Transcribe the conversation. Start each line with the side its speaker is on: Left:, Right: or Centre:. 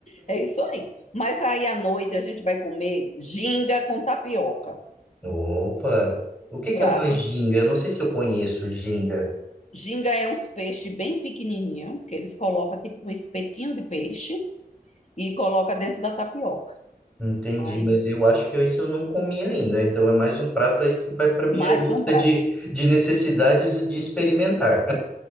Left: é isso aí. Mas aí à noite a gente vai comer ginga com tapioca.
Centre: Opa, o que que
Left: Prato.
Centre: é uma ginga? Eu não sei se eu conheço ginga,
Left: Ginga é uns peixes bem pequenininho, que eles colocam tipo um espetinho de peixe e coloca dentro da tapioca.
Centre: entendi,
Left: Aí,
Centre: mas
Left: você-
Centre: eu acho que isso eu não comi ainda, então é mais um prato aí que vai para minha
Left: mais
Centre: lista
Left: um prato.
Centre: de, de necessidades de experimentar.